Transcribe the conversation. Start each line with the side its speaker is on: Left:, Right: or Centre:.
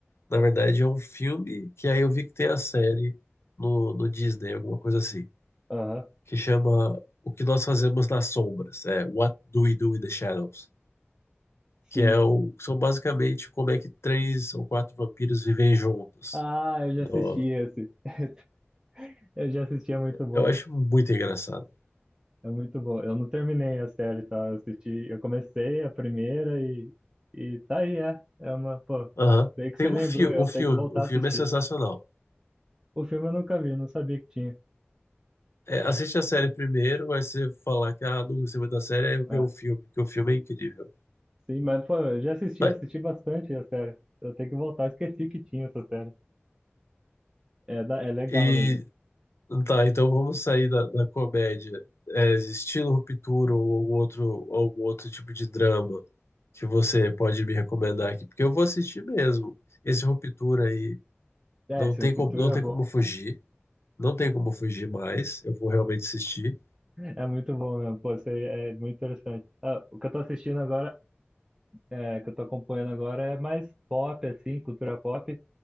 Left: na verdade, é um filme que aí eu vi que tem a série no, no Disney, alguma coisa assim,
Right: aham,
Left: que chama O que Nós Fazemos nas Sombras, é What Do We Do in the Shadows,
Right: sim.
Left: que é o, são basicamente como é que três ou quatro vampiros vivem juntos.
Right: Ah, eu já
Left: No-
Right: assisti esse. <laughs> Eu já assisti, é muito bom.
Left: eu acho muito engraçado.
Right: É muito bom. Eu não terminei a série, tá? Eu assisti, eu comecei a primeira e, e tá aí, é. É uma, pô,
Left: Aham.
Right: daí que
Left: Tem
Right: você
Left: um
Right: lembrou,
Left: fi, o
Right: eu
Left: filme,
Right: tenho que voltar
Left: o
Right: a
Left: filme
Right: assistir.
Left: é sensacional.
Right: O filme eu nunca vi, não sabia que tinha.
Left: É, assiste a série primeiro, aí você falar que ah, não gostei muito da série, aí eu ver
Right: Ah,
Left: o filme, que o filme é incrível.
Right: sim, mas, pô, eu já assisti,
Left: Tá,
Right: eu assisti bastante a série. Eu tenho que voltar, esqueci que tinha essa série. É, da- é legal
Left: e
Right: mesmo.
Left: tá, então vamos sair da, da comédia. É, estilo Ruptura ou algum outro, algum outro tipo de drama que você pode me recomendar aqui, porque eu vou assistir mesmo. Esse Ruptura aí
Right: É,
Left: não
Right: esse
Left: tem
Right: Ruptura
Left: como, não
Right: é
Left: tem
Right: bom.
Left: como fugir, não tem como fugir mais, eu vou realmente assistir.
Right: É muito bom mesmo, pô, isso aí é muito interessante. Ah, o que eu tô assistindo agora, é, que eu tô acompanhando agora é mais pop, assim, cultura pop,